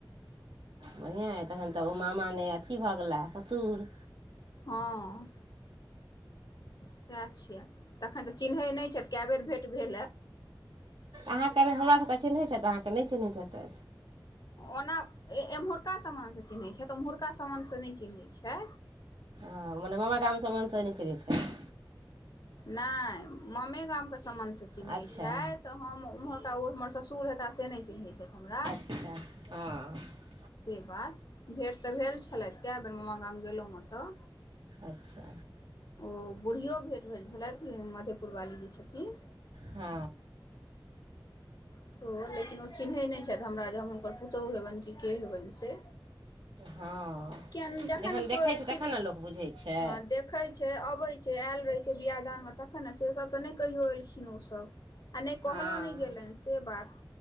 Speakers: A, on the right (about 85°); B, on the left (about 55°).
A: बढ़िआँ अइ तखन तऽ ओ मामा नहि अथी भऽ गेलाह ससुर
B: ह सएह छियै तखन तऽ चिन्है नहि छथि कए बेर भेँट भेल है
A: अहाँकेँ कहबै हमर सभके चिन्हैत छैथ अहाँकेँ नहि चिन्हैत हेतै
B: ओना एम्हुरका सामानसँ चिन्हैत छथि तऽ ओम्हुरका समामानसँ नहि चिन्हैत छथि
A: हँ मने मामा गाम सममसन नहि चलेंगे छै <unintelligible>
B: नहि ममे गाम केँ समान चिन्हैत
A: अच्छा
B: छथि तऽ हम ओम्हरका ओ हमर ससुर हेताह से नहि चिन्हैत छथि हमरा
A: <unintelligible>
B: से बात भेँट तऽ भेल छलथि कए बेर मामा गाम गेलौ हतऽ
A: अचछा
B: ओ बूढ़ियो भेँट भेल छलथि मधेपुरवाली जे छथिन
A: हॅ
B: सेहो लेकिन ओ चिन्हैत नहि छथि हमरा जे हम हुनकर पुतहु हेबैन कि के हेबैन से
A: हँ
B: किया
A: जखन देखै
B: कोइ
A: छैै तखन ने लोक बुझै छै
B: हँ देखै छै अबै छै आयल रहै छै बियाह दानमे तखन ने से सब तऽ नहि कहियो एलखिन ओसभ आ नहि
A: हँ
B: कहलो नहि गेलेन से बात